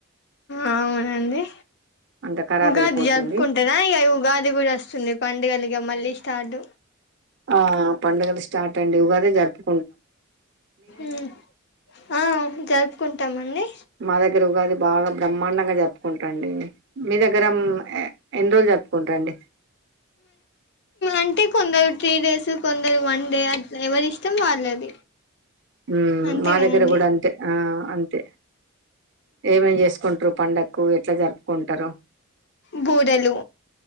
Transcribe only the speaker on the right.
అంత ఖరాబ్
అయిపోతుంది
ఆ పండుగలు స్టార్ట్ అండి ఉగాదే జరుపు
మా దగ్గర ఉగాది బాగా బ్రహ్మాండంగా జరుపుకుంటాండి మీ దగ్గర ఏ ఎన్ని రోజులు జరుపుకుంటాండి
ఉ
మా
దగ్గర కూడా అంతే ఆ అంతే ఏమేం చేసుకుంటారు పండకు ఎట్లా జరుపుకుంటారు